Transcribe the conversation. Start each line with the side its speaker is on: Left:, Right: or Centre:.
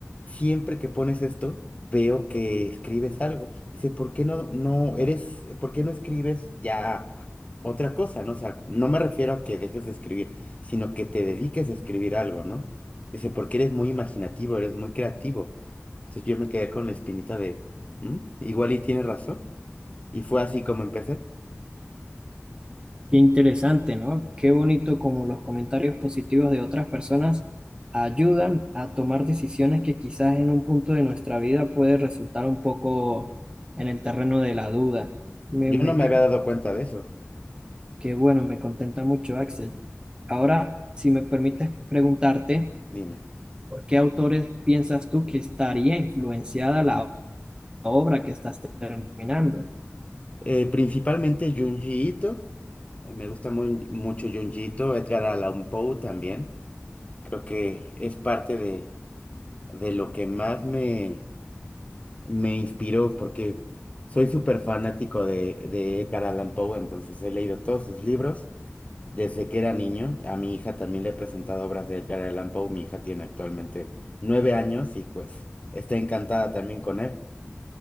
Left: Siempre que pones esto, veo que escribes algo. Dice, ¿por qué no, no eres, por qué no escribes ya otra cosa, ¿no? O sea, no me refiero a que dejes de escribir, sino que te dediques a escribir algo, ¿no? Dice, porque eres muy imaginativo, eres muy creativo. Entonces yo me quedé con la espinita de, "Mm, igual y tienes razón. Y fue así como empecé.
Right: Qué interesante, ¿no? Qué bonito como los comentarios positivos de otras personas ayudan a tomar decisiones que quizás en un punto de nuestra vida puede resultar un poco en el terreno de la duda. Me,
Left: Yo
Right: me
Left: no
Right: encanta.
Left: me había dado cuenta de eso.
Right: Qué bueno, me contenta mucho, Axel. Ahora, si me permites preguntarte,
Left: Dime.
Right: ¿por qué autores piensas tú que estaría influenciada la obra que estás terminando?
Left: Eh, principalmente Junji Ito. Eh, Me gusta muy- mucho Junji Ito, Edgar Allan Poe también. Creo que es parte de, de lo que más me, me inspiró, porque soy súper fanático de, de Edgar Allan Poe, entonces he leído todos sus libros desde que era niño. A mi hija también le he presentado obras de Edgar Allan Poe. Mi hija tiene actualmente nueve años y pues está encantada también con él.